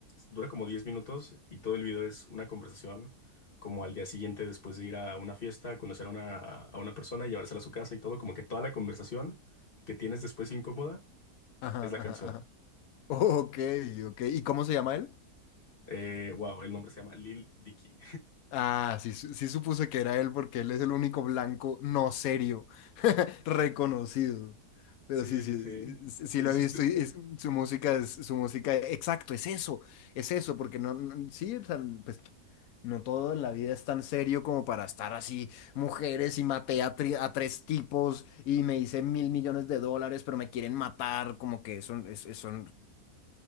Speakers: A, on the left; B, on the left.
A: dura como 10 minutos y todo el video es una conversación como al día siguiente después de ir a una fiesta, a conocer a una, a una persona y llevársela a su casa y todo, como que toda la conversación que tienes después incómoda
B: Ajá,
A: es la
B: ajá,
A: canción.
B: ajá. Ok, ok. ¿Y cómo se llama él?
A: Eh, wow, el nombre se llama Lil Dicky.
B: Ah, sí, su- sí supuse que era él porque él es el único blanco no serio. reconocido. Pero
A: Sí,
B: sí, sí,
A: sí, sí.
B: sí sí
A: Hiciste.
B: lo he visto y es- su música es su música, exacto, es eso, es eso, porque no, no- sí, o sea, pues no todo en la vida es tan serio como para estar así, mujeres y maté a, tri- a tres tipos y me hice mil millones de dólares, pero me quieren matar, como que son, es- es- son,